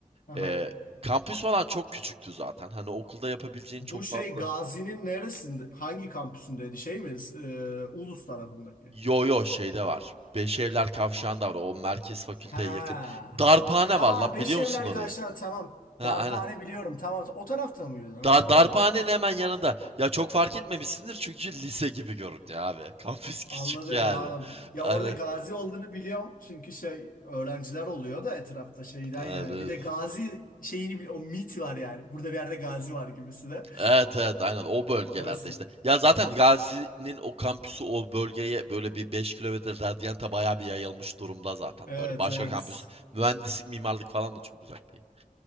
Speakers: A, on the left; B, on the right.
A: Aha.
B: e, kampüs falan çok küçüktü zaten. Hani okulda yapabileceğin
A: Bu
B: çok
A: şey
B: fazla.
A: Gazi'nin neresinde? Hangi kampüsündeydi? Şey mi? Ee, Ulus tarafındaki.
B: Yo yo şeyde var. Beş Evler Kavşağı'nda var. O merkez fakülteye
A: Ha.
B: yakın. Darphane
A: Ha
B: var lan
A: Beşevler
B: biliyor musun orayı?
A: karşılar tamam.
B: Ha
A: Darphane
B: aynen.
A: biliyorum. Tamam. O tarafta mıydı? Ha.
B: Dar, darphanenin hemen yanında. Ya çok fark etmemişsindir çünkü lise gibi göründü abi. <laughs> Kampüs küçük
A: Anladım,
B: yani.
A: anladım. Ya
B: Hani
A: orada gazi olduğunu biliyorum. Çünkü şey öğrenciler oluyor da etrafta şeyden
B: evet.
A: yani. Bir de gazi şeyini bili- o mit var yani. Burada bir yerde gazi var gibisi de.
B: Evet evet aynen o bölgelerde
A: Orası.
B: işte. Ya zaten Gazi'nin o kampüsü o bölgeye böyle bir 5 kilometre radyanta bayağı bir yayılmış durumda zaten.
A: Evet,
B: Böyle başka
A: evet.
B: kampüs mühendislik mimarlık falan da çok uzak değil.